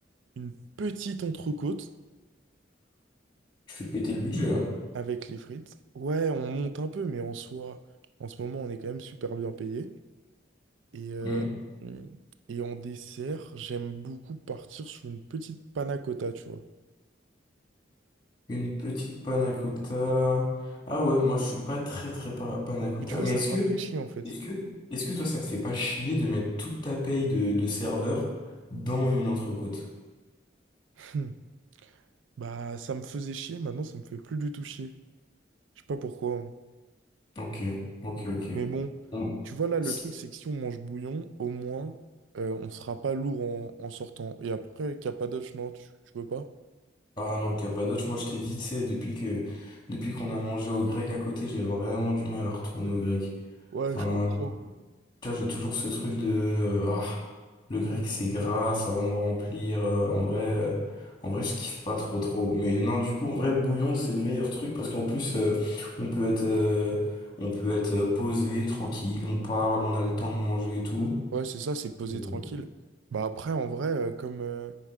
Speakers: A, on the right; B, on the left.
A: une petite entrecôte.
B: Tu fais péter le budget, là.
A: Avec les frites. Ouais, on monte un peu, mais en soi, en ce moment, on est quand même super bien payé. Et, euh,
B: Mm.
A: et en dessert, j'aime beaucoup partir sur une petite panna cotta, tu vois.
B: Une petite panna cotta. Ah ouais, moi, je suis pas très, très pa- panna cotta.
A: Et tu vois,
B: Mais
A: ça
B: est-ce que,
A: rafraîchit en fait.
B: est-ce que, est-ce que toi, ça te fait pas chier de mettre toute ta paye de, de serveur dans une entrecôte?
A: <laughs> Hmm. Bah, ça me faisait chier, maintenant, ça me fait plus du tout chier. Je sais pas pourquoi. hein.
B: Ok, ok, ok.
A: Mais bon,
B: Bon, bah,
A: tu vois, là, le
B: c'est-
A: truc, c'est que si on mange bouillon, au moins, euh, on sera pas lourd en, en sortant. Et après, capadoche, non, tu, tu veux pas?
B: Ah non, Cappadoce, moi je t'ai dit, tu sais, depuis que depuis qu'on a mangé au grec à côté, j'ai vraiment du mal à retourner au grec.
A: Ouais,
B: Enfin,
A: je comprends.
B: tu vois, j'ai toujours ce truc de euh, ah, le grec c'est gras, ça va me remplir. euh, en vrai, euh, en vrai, je kiffe pas trop trop. Mais non, du coup, en vrai, bouillon, c'est le meilleur truc parce qu'en plus, euh, on peut être euh, on peut être euh, posé, tranquille, on parle, on a le temps de manger et tout.
A: Ouais, c'est ça, c'est poser
B: Mhm.
A: tranquille. Bah après, en vrai, euh, comme, euh,